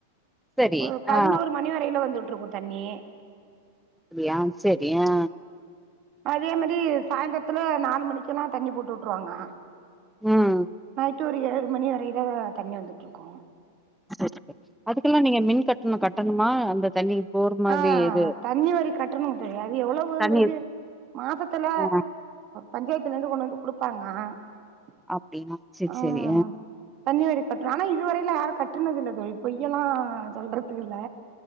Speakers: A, in the centre; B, on the right (about 40°).
A: சரி
B: ஒரு பதினோரு
A: ஆ
B: மணி வரையில வந்து உட் ட்ருக்கூ தண்ணி
A: அப்யா செரி ஆ
B: அதே மாரி சாயந்தரத்துல நாலு மணிக்குல்லா தண்ணி போட்டுவுட்டுருவாங்க
A: ம்
B: டு ஒரு ஏழு மணி வரையில தண்ணி வந்துட்ருக்கூ
A: <unintelligible> அதுக்குலா நீங்க மின் கட்ணம் கட்டணுமா அந்த தண்ணி போற மாதிரி
B: ஆ
A: இது
B: தண்ணி வரி கட்டணு <unintelligible> அது எவ்வளவுங்குறது
A: தண்ணி
B: மாசத்துல
A: ஆ
B: பஞ்சாயத்துலேந்து கொண்டு வந்து குடுப்பாங்ளா ஆ
A: அப்டியா செரி
B: ஆ
A: செரி
B: தண்ணி வரி கட்றோ ஆனா இதுவரைலு யாரு கட்டுனது இல்ல தோழி பொய்யெல்லா சொல்றத்துக்கு இல்ல